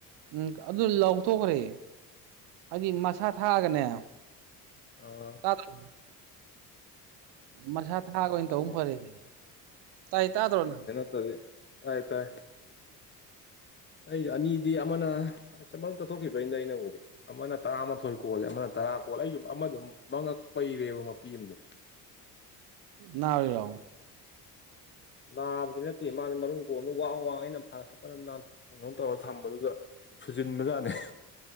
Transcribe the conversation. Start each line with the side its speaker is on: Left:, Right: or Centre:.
Right: ꯎꯝ ꯑꯗꯨ ꯂꯧꯊꯣꯛꯈ꯭ꯔꯦ ꯍꯥꯏꯗꯤ ꯃꯁꯥ ꯊꯥꯛꯑꯒꯅꯦ
Left: ꯑꯣ
Right: ꯇꯗꯔꯣ ꯃꯁꯥ ꯊꯥꯛꯑꯒ ꯑꯣꯏꯅ
Left: ꯇꯥꯕ꯭ꯔꯣ
Right: ꯇꯧ ꯐꯔꯦꯅꯦ ꯇꯥꯏ ꯇꯥꯗ꯭ꯔꯣ ꯅꯪ
Left: ꯗꯤ ꯇꯥꯏ ꯇꯥꯏ ꯑꯩ ꯑꯅꯤꯗꯤ ꯑꯃꯅ ꯆ ꯃꯔꯨꯝ ꯆꯊꯣꯛꯈꯤꯕꯩꯅꯦ ꯑꯩꯅꯕꯨꯗꯤ ꯑꯃꯅ ꯇꯔꯥꯃꯥꯊꯣꯏ ꯀꯣꯜꯂꯦ ꯑꯃꯅ ꯇꯔꯥ ꯀꯣꯜ ꯑꯩꯒꯤ ꯑꯃꯗꯨ ꯃꯉꯛ ꯄꯩꯔꯦꯕ ꯃꯄꯤ ꯑꯃꯗꯣ
Right: ꯅꯥꯔꯤꯔꯣ
Left: ꯅꯥꯕꯗꯤ ꯅꯠꯇꯦ ꯃꯥꯖꯦ ꯃꯔꯨꯝ ꯀꯣꯟꯕꯗ ꯋꯥꯡ ꯋꯥꯡ ꯑꯩꯅ ꯐꯥ ꯁꯣꯛ ꯀꯟꯅ ꯀꯩꯅꯣ ꯇꯧꯔ ꯊꯝꯕꯗꯨꯗ ꯁꯨꯖꯤꯟꯕ ꯖꯥꯠꯅꯦ